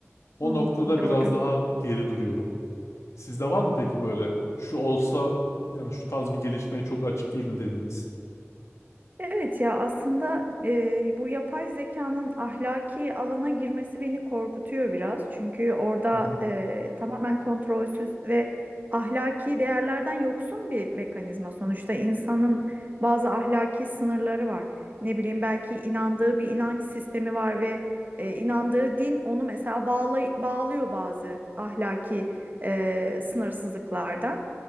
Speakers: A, on the left; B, on the right.
A: O
B: Hmm,
A: noktada
B: doğru.
A: biraz daha geri duruyorum. Sizde var mı peki böyle şu olsa yani şu tarz bir gelişmeye çok açık değilim dediniz.
B: Evet ya aslında e, bu yapay zekanın ahlaki alana girmesi beni korkutuyor biraz. Çünkü orada
A: Hı
B: e, tamamen kontrolsüz ve ahlaki değerlerden yoksun bir mekanizma. Sonuçta insanın bazı ahlaki sınırları var. Ne bileyim belki inandığı bir inanç sistemi var ve e, inandığı din onu mesela bağlay- bağlıyor bazı ahlaki e, sınırsızlıklardan.